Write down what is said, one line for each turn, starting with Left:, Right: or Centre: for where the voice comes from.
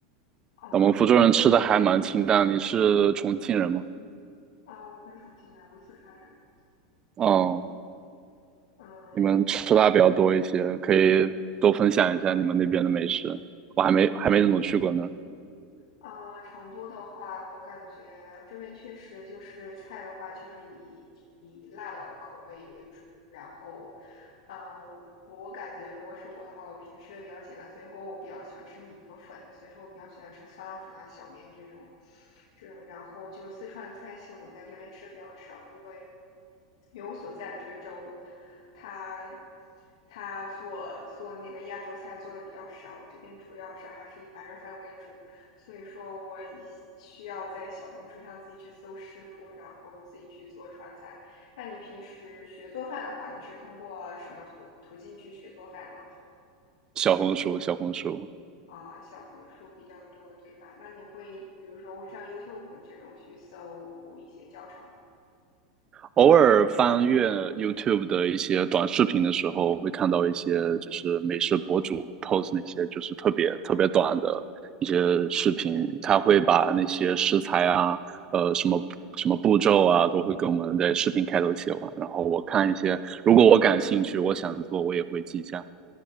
Left: 后哦
Right: 我们福州人吃的还蛮清淡，你是重庆人吗？
Left: 啊，我不是重庆人，我是四川人。
Right: 哦，
Left: 嗯，
Right: 你们吃辣比较多一些，可以多分享一下你们那边的美食。我还没还没怎么去过呢。
Left: 呃，成都的话，我感觉这边确实就是菜的话，就是以以辣的口味为主。然后，嗯、我我感觉如果是我的话，我平时的比较简单，所以说我比较喜欢吃米和粉，所以说我比较喜欢吃酸辣粉啊、小面这种这种。然后就四川菜系，我在这边吃的比较少，因为因为我所在的这个州，它它做做那个亚洲菜做的比较少，这边主要是还是以白人饭为主。所以说我一需要在小红书上自己去搜食谱，然后自己去做川菜。那你平时学做饭的话，你是通过什么途途径去学做饭呢？
Right: 小红书，小红书，
Left: 啊、小红书比较多，对吧？那你会比如说会上 YouTube 这种去搜一些教程吗？
Right: 偶尔翻阅 YouTube 的一些短视频的时候，会看到一些就是美食博主 post 那些就是特别特别短的一些视频，他会把那些食材啊，呃，什么什么步骤啊，都会跟我们在视频开头写完。然后我看一些，如果我感兴趣，我想做，我也会记下。